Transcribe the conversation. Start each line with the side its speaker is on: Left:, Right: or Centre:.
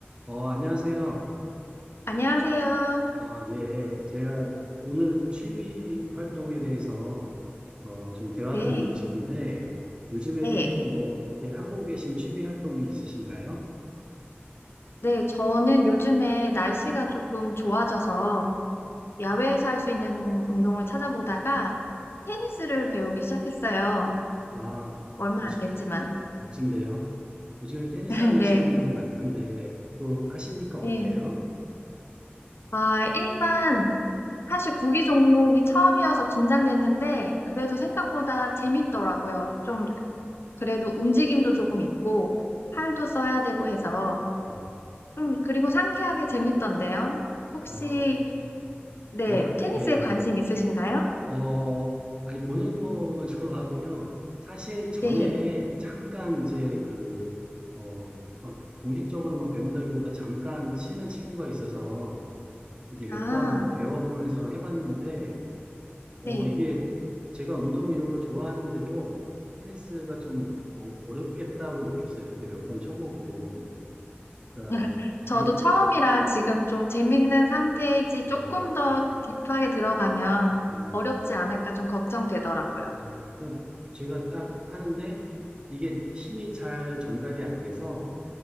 Right: 어, 안녕하세요.
Left: 안녕하세요.
Right: 아, 예. 제가 오늘은 취미 활동에 대해서 어, 좀 대화를
Left: 네,
Right: 나누고 싶은데 요즘에
Left: 네,
Right: 뭐 이렇게 하고 계신 취미 활동이 있으신가요?
Left: 네. 저는 요즘에 날씨가 조금 좋아져서 야외에서 할 수 있는 운동을 찾아보다가 테니스를 배우기 시작했어요.
Right: 와,
Left: 얼마
Right: 멋-
Left: 안 됐지만.
Right: 멋진데요. 요즘에 테니스
Left: <laughs>
Right: 하시는
Left: 네,
Right: 분들 많던데 그거 하시니까 어때요?
Left: 네. 아, 일단 사실 구기 종목이 처음이어서 긴장됐는데 그래도 생각보다 재밌더라고요. 좀 그래도 움직임도 조금 있고 팔도 써야 되고 해서
Right: 어,
Left: 음, 그리고 상쾌하게 재밌던데요. 혹시
Right: 어,
Left: 네,
Right: 어,
Left: 테니스에
Right: 예.
Left: 관심 있으신가요?
Right: 어, 아니, 보는 거만 <laughs> 좋아하고요. 사실 전에
Left: 네.
Right: 잠깐 이제 그, 어, 막 공식적으로 막 배운다기보다 잠깐 치는 친구가 있어서 이게 몇
Left: 아,
Right: 번 배워보면서 해봤는데, 어,
Left: 네.
Right: 이게 제가 운동 이런 걸 좋아하는데도 테니스가 좀 어, 어렵겠다고 느꼈어요. 그때 몇 번 쳐보고. 그러니까,
Left: <laughs> 저도
Right: 이,
Left: 처음이라 지금 좀 재밌는 상태이지 조금
Right: 어,
Left: 더 딥하게 들어가면
Right: 네.
Left: 어렵지 않을까 좀 걱정되더라고요.
Right: 네, 그러니까 제가 딱 하는데 이게 힘이 잘 전달이 안 돼서